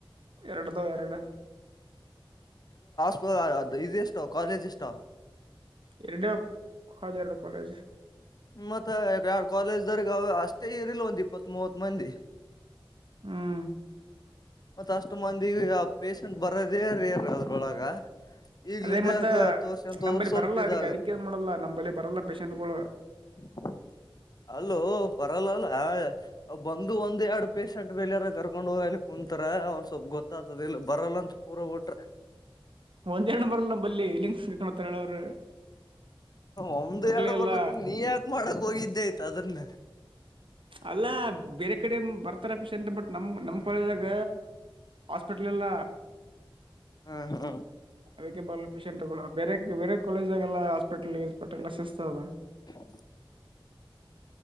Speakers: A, on the right (about 65°); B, on the left (about 45°).
A: ಎರಡದ ಎರಡು
B: ೋ ಅದು ಇದು ಎಷ್ಟೋ ಕಾಲೇಜ್ ಎಷ್ಟ
A: ಎಡೆ ಹಜಾರ ಪಾಲೇಜ
B: ಮತ್ತ ಎರ ಕಾಲೇಜ ದರ್ಗ ಅಷ್ಟೇ ಇರ್ಿಲ್ಲ ಒಂದ್ ಇಪ್ಪತ್ ಮೂವತ್ ಮಂದಿ
A: ಹ್ಮ್
B: ಮತ್ತ ಅಷ್ಟು ಮಂದಿಗ ಪೇಶೆಂಟ್ ಬರದೇ ರ ಅದ್ರೊಳಗ ಈಗ್ಲಿಂದ
A: ಅದೇ ಮತ್ತ
B: ಯಾಕ ಹತ್ತು ವರ್ಷ ಅಂತ
A: ನಂಬಲ್ಲಿ
B: ಹೋದ್ರೆ ಸ್ವಲ್ಪ
A: ಬರಲ್ಲ
B: ಇದಾಗತ್ತೆ
A: ಅದಕ್ಕೆ ಅದಕ್ಕೆ ಏನ್ ಮಾಡಲ್ಲ ನಂಬಲ್ಲಿ ಬರಲ್ಲ ಪೇಶೆಂಟ್ಗಳು
B: <unintelligible> ಅಲ್ಲೂ ಪರಲ್ಲಲ್ಲ ಬಂದು ಒಂದ್ ಎರಡು ಪೇಷೆಂಟ್ ಬೆಳಾರ ಕರ್ಕೊಂಡ್ ಹೋಗಲಿ ಕುಂತರ ಒಂದ್ ಸ್ವಲ್ಪ ಗೊತ್ತಾಗತದ ಇಲ್ಲಿ ಬರಲ್ಲ ಅಂತ ಪೂರ ಬಿಟ್ರ
A: ಒಂದ್ ಎರಡ್ ಬರಲ್ಲ ಬಲ್ಲಿ ಇಲ್ಲಿಂಗ ಕಕೊಂಡತಾರ ಹೇಳ ಅವ್ರರು
B: ಒ್ದ ಎರಡು
A: ಎಲ್ಲ
B: ಬರ್ಲಕ್ಕ ನೀ ಯಾಕ ಮಾಡಕ್ ಹೋಗಿದ್ದೆ ಆಯ್ತು ಅದ್ರನ್ನ
A: ಅಲ್ಲ ಬೇರೆ ಕಡೆ ಬರ್ತ ರ ಪಷಿಯಂಟ್ ಬಟ್ ನಮ ನಮ್ಮ್ ಕಾಲೇಜಾಗ ಹಾಸ್ಪಿಟ್ಲ್ ಎಲ್ಲ
B: ಹಾ ಹ
A: ಅದಕ್ಕೆ ಬರ್ಲ ಪೇಶಷೆಂಟ್ಗಳು ಬೇರೆ ಬೇರೆ ಕಾಲೇಜಾಗಲ್ಲ ಹಾಸ್ಪಿಟಲ್ ಪಟ್ಟೆಲ್ಲ ಸಿಿಸ್ತದ
B: <unintelligible>